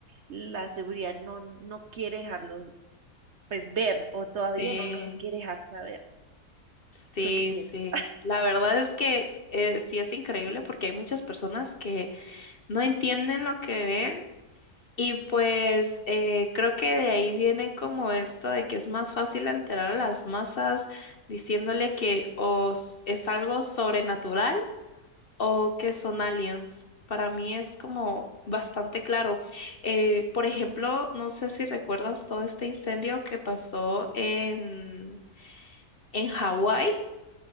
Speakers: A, on the right (about 55°); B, on the left (about 45°).
A: la seguridad no, no quiere dejarlos pues ver o todavía
B: Sí.
A: no nos quiere dejar saber.
B: Sí,
A: ¿Tú qué piensas?
B: sí. La verdad es que eh, sí es increíble porque hay muchas personas que no entienden lo que ven y pues eh, creo que de ahí viene como esto de que es más fácil alterar a las masas diciéndole que o s- es algo sobrenatural o que son aliens. Para mí es como bastante claro. Eh, por ejemplo, no sé si recuerdas todo este incendio que pasó en, en Hawái